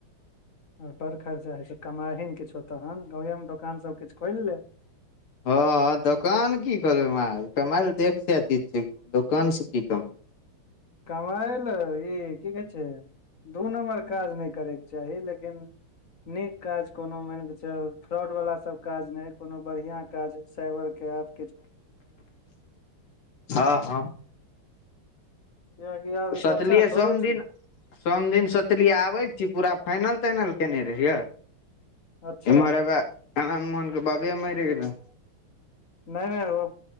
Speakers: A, on the left; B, on the left.
A: आ बड़ खर्चा होइ छै कमाहीन किछौ तहन गाँवेमे दोकान सब किछु खोलि ले।
B: हँ हँ दोकान की खोलबै कमायल तऽ एकसा चीज छै दोकान से की कमाय
A: कमइ ल ई की कहै छै दू नम्बर काज नै करयके चाही लेकिन नीक काज कोनो मानिक चल फ्रॉड वाला सब काज नै कोनो बढ़िया काज साइबर के एफ
B: हँ हँ
A: कियाकि आब ई
B: सोचलियै
A: बच्चा थोड़े
B: सोम
A: छै
B: दिन। सोम दिन सोचलियै आबै छी पूरा फाइनल-ताइनल केने रहियैय।
A: अच्छा
B: इमहर एबा आनन्द- मोहन के बाबे मरि गेलय।
A: नैऽ नैऽ ओ